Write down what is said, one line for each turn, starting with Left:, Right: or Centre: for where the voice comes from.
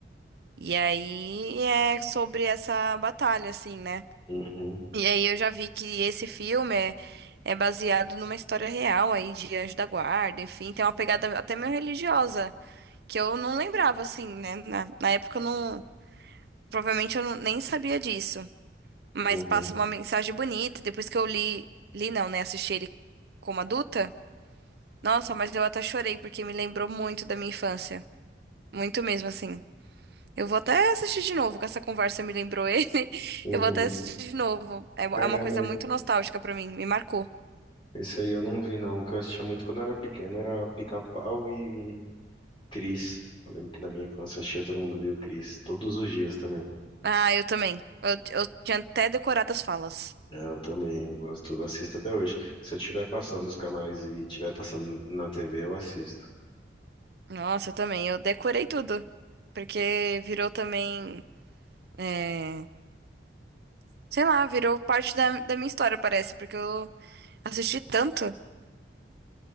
Right: E aí é sobre essa batalha, assim, né?
Left: Uhum,
Right: E aí eu já vi que esse filme é, é baseado numa história real aí de Anjo da Guarda, enfim, tem uma pegada até meio religiosa, que eu não lembrava, assim, né? Na, na época eu não. Provavelmente eu não- nem sabia disso. Mas
Left: uhum,
Right: passa uma mensagem bonita. Depois que eu li, li não, né? Assisti ele como adulta. Nossa, mas eu até chorei, porque me lembrou muito da minha infância. Muito mesmo, assim. Eu vou até assistir de novo, que essa conversa me lembrou ele. <laughs>
Left: uhum.
Right: Eu vou até assistir de novo. É é
Left: Caramba,
Right: uma coisa muito nostálgica pra mim, me marcou.
Left: esse aí eu não vi não. O que eu assistia muito quando eu era pequeno era Pica-Pau e Cris. Eu lembro que na minha infância eu assistia Todo Mundo Odeia o Cris, todos os dias também.
Right: Ah, eu também. Eu, eu tinha até decorado as falas.
Left: É, eu também, eu gosto, eu assisto até hoje. Se eu estiver passando os canais e estiver passando na TV, eu assisto.
Right: Nossa, eu também. Eu decorei tudo. Porque virou também. é, sei lá, virou parte da, da minha história, parece. Porque eu assisti tanto.